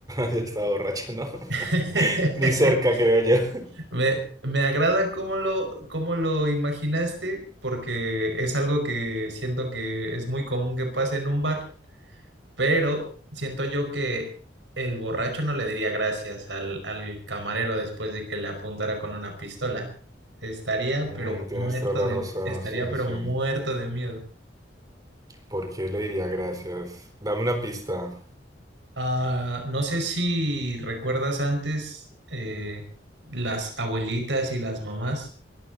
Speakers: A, on the right; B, on the right.
A: <laughs> ya estaba borracho, ¿no?
B: <laughs>
A: <laughs> Ni cerca, creo yo.
B: Me, me agrada cómo lo, cómo lo imaginaste porque es algo que siento que es muy común que pase en un bar. Pero siento yo que el borracho no le diría gracias al, al camarero después de que le apuntara con una pistola. Estaría
A: Mm,
B: pero
A: tienes
B: muerto
A: toda la
B: de,
A: razón,
B: estaría
A: sí, sí,
B: pero
A: sí.
B: muerto de miedo.
A: ¿Por qué le diría gracias? Dame una pista.
B: Ah, no sé si recuerdas antes eh, las abuelitas y las mamás